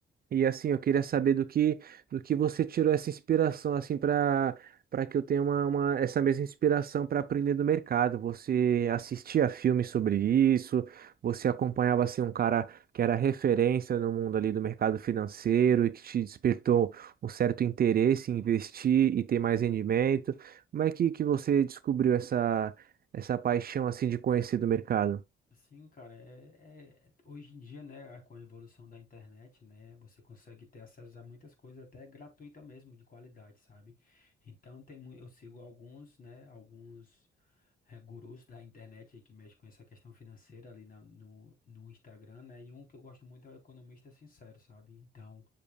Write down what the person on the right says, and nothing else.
E assim, eu queria saber do que do que você tirou essa inspiração assim para para que eu tenha uma, uma- essa mesma inspiração para aprender do mercado. Você assistia filmes sobre isso? Você acompanhava assim um cara que era referência no mundo ali do mercado financeiro e que te despertou um certo interesse em investir e ter mais rendimento? Como é que que você descobriu essa essa paixão assim de conhecer do mercado?